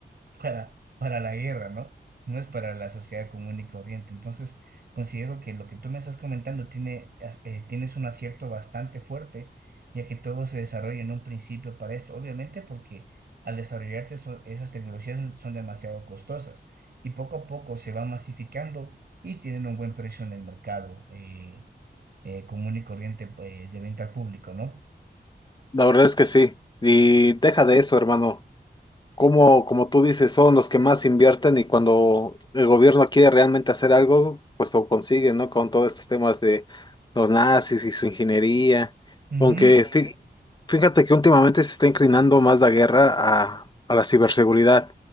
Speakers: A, on the right; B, on the left.
A: para, para la guerra, ¿no? No es para la sociedad común y corriente. Entonces, considero que lo que tú me estás comentando tiene, as- eh, tienes un acierto bastante fuerte, ya que todo se desarrolla en un principio para esto. Obviamente porque al desarrollarse eso- esas tecnologías son, son demasiado costosas y poco a poco se va masificando y tienen un buen precio en el mercado eh, eh, común y corriente eh, de venta al público, ¿no?
B: La verdad es que sí. Y deja de eso, hermano. como, como tú dices, son los que más invierten y cuando el gobierno quiere realmente hacer algo, pues lo consiguen, ¿no? Con todos estos temas de los nazis y su ingeniería.
A: Ujú.
B: Aunque fí- Sí. fíjate que últimamente se está inclinando más la guerra a, a la ciberseguridad.